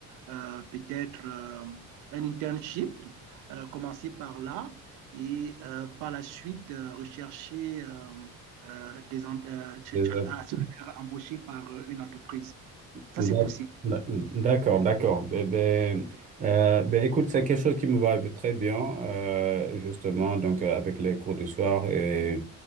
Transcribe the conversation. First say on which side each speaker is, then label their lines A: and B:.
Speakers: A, on the right; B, on the right.
A: euh, peut-être euh, un internship, euh, commencer par là et euh, par la suite euh, rechercher. euh, euh, des, en- euh, tu-
B: les
A: tu- à se faire embaucher par euh, une entreprise. Ça,
B: D'ac-
A: c'est possible.
B: d'ac- D'accord, d'accord. Ben, ben, euh, ben, écoute, c'est quelque chose qui me va très bien, euh, justement, donc euh, avec les cours du soir. Et,